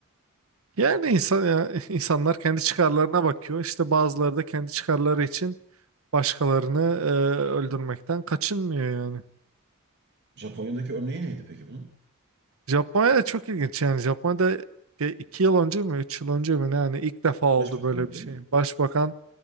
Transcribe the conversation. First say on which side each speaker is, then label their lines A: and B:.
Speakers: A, on the right; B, on the right.
A: Yani insan ya, <laughs> insanlar kendi çıkarlarına bakıyor. İşte bazıları da kendi çıkarları için başkalarını e, öldürmekten kaçınmıyor yani.
B: Japonya'daki örneği neydi peki bunun?
A: Japonya da çok ilginç yani. Japonya'da e, iki yıl önce mi, üç yıl önce mi ne yani ilk defa oldu
B: Başbakanlığı
A: böyle bir
B: değil
A: şey.
B: mi?
A: Başbakan